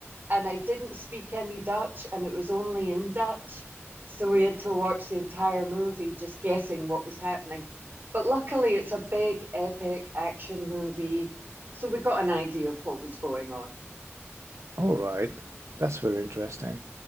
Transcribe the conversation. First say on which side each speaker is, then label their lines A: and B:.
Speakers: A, on the right (about 40°); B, on the right (about 75°).
A: and I didn't speak any Dutch, and it was only in Dutch, so we had to watch the entire movie just guessing what was happening. But luckily, it's a big epic action movie, so we got an idea of what was going on.
B: All right. That's very interesting.